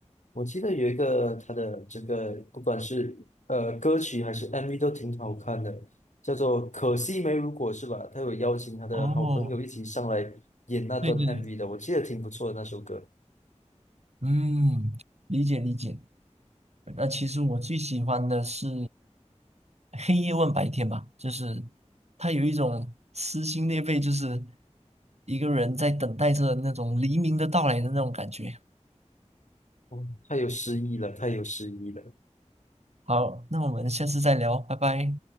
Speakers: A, on the left (about 80°); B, on the right (about 60°).
A: 我记得有一个他的这个，不管是呃歌曲还是 MV 都挺好看的，叫做《可惜没如果》是吧？他有邀请他的好朋友一起上来演那段
B: 哦，对对对。
A: MV 的，我记得挺不错的那首歌。
B: 嗯，理解理解。那其实我最喜欢的是黑夜问白天吧，就是它有一种撕心裂肺，就是一个人在等待着那种黎明的到来的那种感觉。
A: 哦，太有诗意了，太有诗意了。
B: 好，那我们下次再聊，拜拜。